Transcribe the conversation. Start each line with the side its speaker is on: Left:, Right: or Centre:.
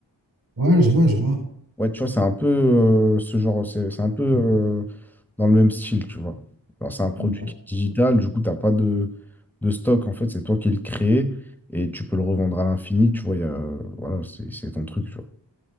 Right: Ouais, je vois, je vois.
Centre: Ouais, tu vois, c'est un peu euh, ce genre, c'est c'est un peu euh, dans le même style, tu vois. Alors, c'est un produit
Right: Bah,
Centre: qui est digital, du coup, t'as pas de, de stock, en fait, c'est toi qui le crée et tu peux le revendre à l'infini, tu vois, il y a, euh, voilà, c'est c'est ton truc, tu vois.